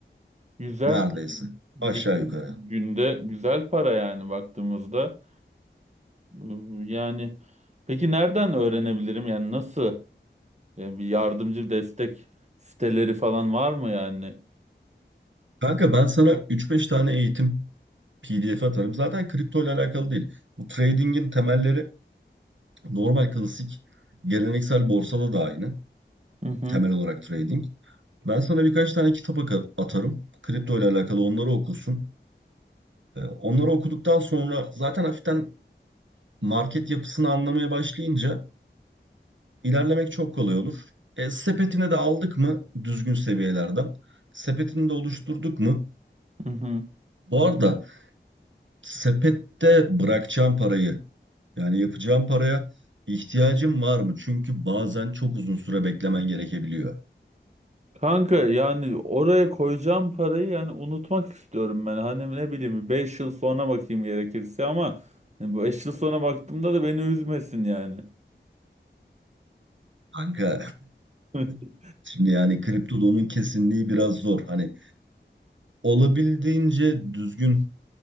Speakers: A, on the right; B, on the right.
A: Güzel
B: Neredeyse.
A: Gün-
B: Aşağı yukarı.
A: günde güzel para yani baktığımızda. Ee, Yani peki nereden öğrenebilirim yani nasıl? Yani bir yardımcı destek siteleri falan var mı yani?
B: Kanka ben sana üç beş tane eğitim PDF atarım. Zaten kripto ile alakalı değil. Bu trading'in temelleri normal klasik geleneksel borsada da aynı.
A: Hı hı,
B: Temel olarak trading. Ben sana birkaç tane kitap aka- atarım. Kripto ile alakalı onları okursun. E, Onları okuduktan sonra zaten hafiften market yapısını anlamaya başlayınca İlerlemek çok kolay olur. E, sepetine de aldık mı düzgün seviyelerden? Sepetini de oluşturduk mu?
A: hı hı.
B: Bu arada sepette bırakacağım parayı yani yapacağım paraya ihtiyacım var mı? Çünkü bazen çok uzun süre beklemen gerekebiliyor.
A: Kanka yani oraya koyacağım parayı yani unutmak istiyorum ben. Hani ne bileyim 5 yıl sonra bakayım gerekirse ama hani bu 5 yıl sonra baktığımda da beni üzmesin yani.
B: Kanka
A: <laughs>
B: <laughs> şimdi yani kriptoda onun kesinliği biraz zor. Hani olabildiğince düzgün